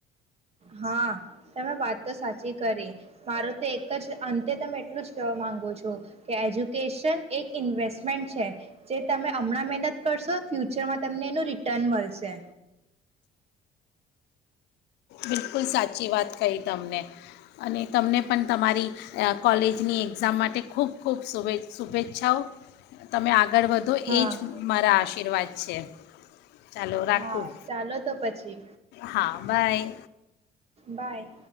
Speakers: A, on the right; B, on the left.
A: હા, તમે વાત તો સાચી કરી, મારું તો એક જ અંતે તમે એટલું જ કહેવા માગુ છું, કે એજ્યુકેશન એક ઇન્વેસ્ટમેન્ટ છે, જે તમે હમણાં મહેનત કરશો ફ્યુચરમાં તમને એનું રિટર્ન મળશે.
B: બિલકુલ સાચી વાત કહી તમને, અને તમને પણ તમારી કોલેજની એક્ઝામ માટે ખૂબ ખૂબ શુે શુભેચ્છાઓ, તમે આગળ આગળ વધો
A: હા
B: એ જ મારા આશીર્વાદ છે, ચાલો રાખું
A: હા ચાલો તો પછી
B: હા બાય.
A: બાય.